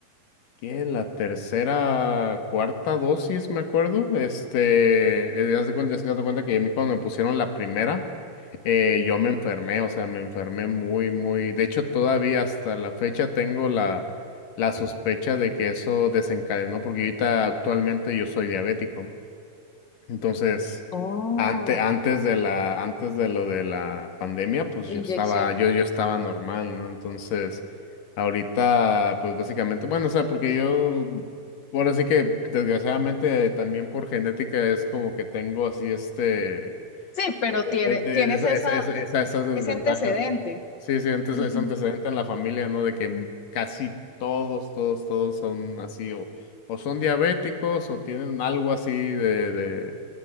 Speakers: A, on the left (about 70°); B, on the left (about 55°).
A: ¿qué? La tercera, cuarta dosis, me acuerdo, este, eh, haz de cuenta, es que haz de cuenta que a mí cuando me pusieron la primera, Eh, yo me enfermé, o sea, me enfermé muy, muy. De hecho, todavía hasta la fecha tengo la, la sospecha de que eso desencadenó, porque ahorita actualmente yo soy diabético. Entonces,
B: Oh,
A: antes antes de la, antes de lo de la pandemia, pues yo
B: inyección.
A: estaba, yo, yo estaba normal, ¿no? Entonces, ahorita, pues básicamente, bueno, o sea, porque yo, bueno, así que desgraciadamente también por genética es como que tengo así este
B: Sí, pero
A: eh,
B: tiene,
A: De- de- de-
B: tienes
A: de- esa-
B: esa,
A: esa- esa- esa- esas desventajas.
B: ese antecedente.
A: ¿no? Sí, sí, antes,
B: Ujú.
A: es antecedente en la familia, ¿no? De que casi todos, todos, todos son así, o, o son diabéticos, o tienen algo así de, de,